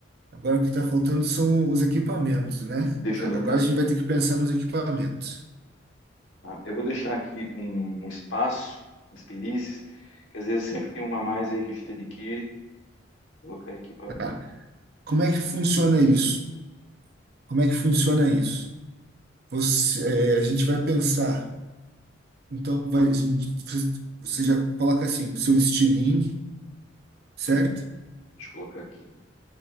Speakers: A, on the right; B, on the left.
A: Agora o que está faltando são os equipamentos, né?
B: Deixa eu anotar
A: Agora
B: aqui,
A: a gente vai ter que pensar nos equipamentos.
B: tá? Eu vou deixar aqui um, um espaço nas perícias, que às vezes sempre tem uma a mais aí que a gente adquire. Colocar equipamento.
A: Tá. Como é que funciona isso? Como é que funciona isso? Você, é, a gente vai pensar. Então, vai, a gente, você já coloca assim, o seu estilingue, certo?
B: Sim, deixa eu colocar aqui.